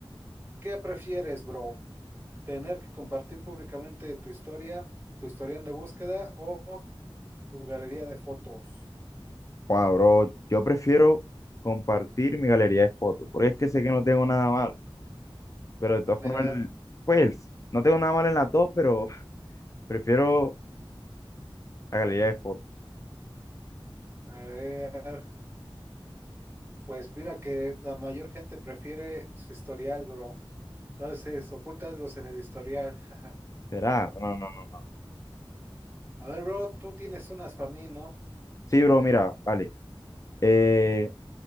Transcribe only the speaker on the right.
¿qué prefieres, bro? ¿Tener que compartir públicamente tu historia, tu historial de búsqueda o tu galería de fotos?
Ah, mira,
a ver, pues mira que la mayor gente prefiere su historial, bro. Entonces, oculta algo en el historial. jaja.
A ver, bro, tú tienes unas para mí, ¿no?
Échame
una.